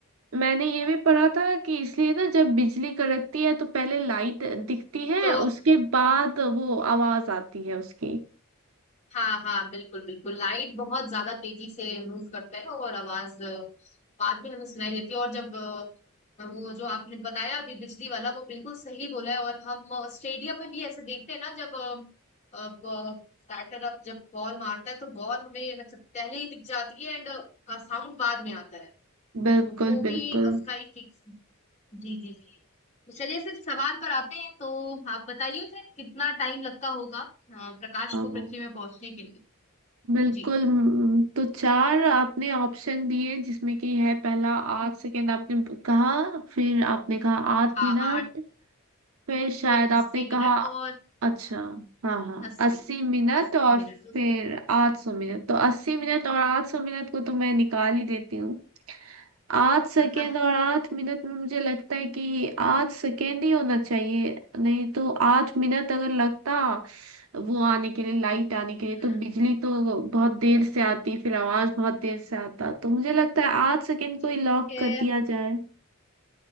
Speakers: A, on the right; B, on the left.
A: मैंने ये भी पढ़ा था कि इसलिए ना जब बिजली कड़कती है तो पहले लाइट दिखती है
B: तो
A: उसके बाद वो आवाज आती है उसकी
B: हाँ हाँ बिल्कुल बिल्कुल लाइट बहुत ज्यादा तेजी से मूव करता है और आवाज अ, बाद में हमें सुनाई देती है और जब अ, वो जो आपने बताया अभी बिजली वाला वो बिल्कुल सही बोला है और हम अ, स्टेडियम में भी ऐसे देखते हैं ना जब अ, अब अ, बैटर अब जब बॉल मारता है तो बॉल हमें मतलब पहले ही दिख जाती है एंड साउंड बाद में आता है
A: बिल्कुल
B: तो वो भी
A: बिल्कुल
B: उसका एक एक- जी जी जी तो चलिए फिर सवाल पर आते हैं तो आप बताइए फिर कितना टाइम लगता होगा अ, प्रकाश
A: हाँ
B: को पृथ्वी में पहुंचने के लिए
A: बिल्कुल
B: जी
A: हम्म, तो चार आपने ऑप्शन दिए जिसमें कि है पहला आर्ट सेकंड आपने कहा फिर आपने कहा आत्मविनाश
B: हाँ आठ
A: फिर शायद
B: फिर
A: आपने
B: अस्सी मिनट
A: कहा
B: और
A: अच्छा हाँ हाँ
B: अस्सी
A: अस्सी मिनट
B: अस्सी
A: और
B: मिनट
A: फिर
B: उस-
A: आठ सौ मिनट तो अस्सी मिनट और आठ सौ मिनट को तो मैं निकाल ही देती हूँ आठ सेकेंड
B: <laughs>
A: और आठ मिनट में मुझे लगता है कि आठ सेकेंड ही होना चाहिए नहीं तो आठ मिनट अगर लगता वो आने के लिए लाइट आने के लिए
B: हम्म
A: तो बिजली तो बहुत देर से आती फिर आवाज बहुत देर से आता तो मुझे लगता है आठ सेकेंड
B: ठीक
A: को ही लॉक
B: है
A: कर दिया जाए